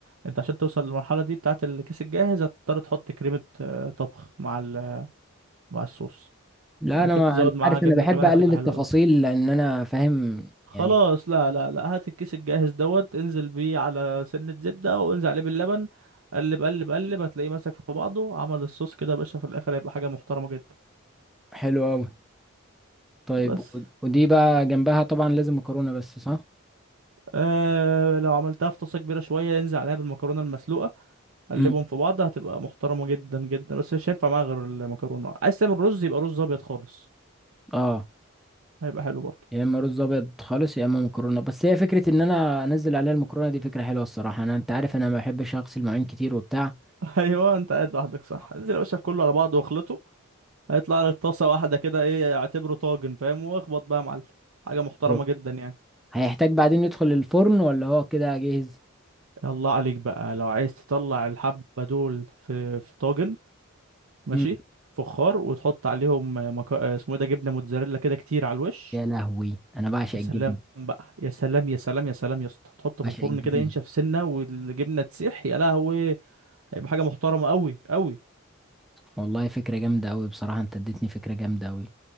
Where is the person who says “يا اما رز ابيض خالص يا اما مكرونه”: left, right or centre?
Centre